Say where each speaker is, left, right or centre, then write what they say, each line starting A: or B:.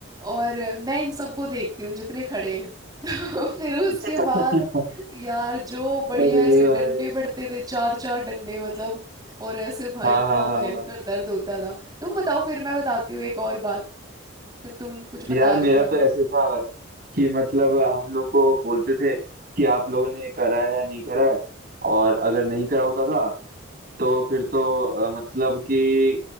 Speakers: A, on the right; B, on the right.
A: और मैं इन सबको देखती हूँ जितने खड़े हैं <laughs> फिर उसके
B: <laughs>
A: बाद यार जो बढ़िया
B: अरे
A: ऐसे डंडे
B: भाई
A: पड़ते थे चार चार डंडे मतलब और ऐसे भाई
B: हाँ हाँ
A: क्या भयंकर
B: हाँ हाँ।
A: दर्द होता था तुम बताओ फिर मैं बताती हूँ एक और बात तुम कुछ
B: यार
A: बता रहे
B: मेरा
A: थे अभी
B: तो ऐसे था कि मतलब हम लोग को बोलते थे कि आप लोगों ने करा है नहीं करा है और अगर नहीं करा होता था तो फिर तो अ, मतलब कि